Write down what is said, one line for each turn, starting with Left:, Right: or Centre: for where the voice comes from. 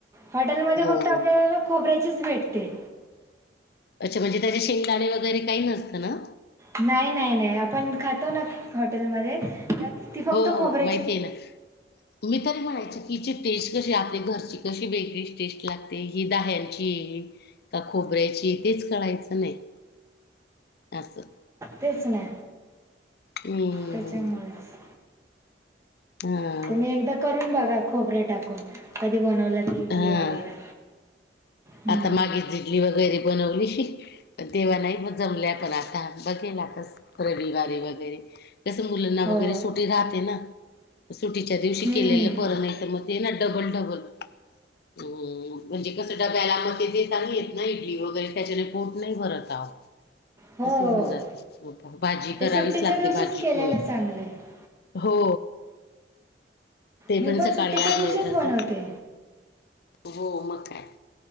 Right: हॉटेलमध्ये
Left: हो हो
Right: फक्त आपल्याला, खोबऱ्याचीच भेटते.
Left: अच्छा, म्हणजे त्याचे शेंगदाने, वगैरे काही नसतं ना.
Right: नाही -नाही -नाही, आपण खातो ना हॉटेलमध्ये, त्यात ती फक्त
Left: हो, हो
Right: खोबऱ्याची
Left: माहिती आहे ना. मी तरी म्हणायचे, किची टेस्ट कशी, आपल्या घरची कशी वेगली टेस्ट लागते. ते, ही दहालची का, खोबऱ्याची, तेच कळायचं नाही. असं,
Right: तेच, ना
Left: हम्म
Right: त्याच्यामुळेच,
Left: हां
Right: तुम्ही एकदा करून बघा, खोबरे टाकून कधी, बनवलं त इटली
Left: हां
Right: वगैरे, हम्म.
Left: आता मागे, इडली वगैरे बनवली श, तेव्हा नाही जमल्या, पण आता बघेण, आता रविवारी वगैरे, कस, मुलांना
Right: हो
Left: वगैरे सुटी राहते ना, सुटीच्या दिवशी
Right: हम्म.
Left: केलेलं बर नाही तर मग ते ना, डबल- डबल हम, म्हणजे कस डब्याला मग ते देताना येत ना, इडली वगैरे त्याच्याने पोट, नाही भरत अवो,
Right: हो
Left: असं होऊन जाते, भाजी
Right: ते
Left: करावीच
Right: सुट्टीच्या
Left: लागते,
Right: दिवशीच
Left: भाजी,
Right: केलेलं
Left: पोळी
Right: चांगलं आहे
Left: हो, ते
Right: मी
Left: पण सकाळी,
Right: सुट्टीच्या
Left: आजले
Right: दिवशीच
Left: त
Right: बनवते
Left: असं, हो, मग काय.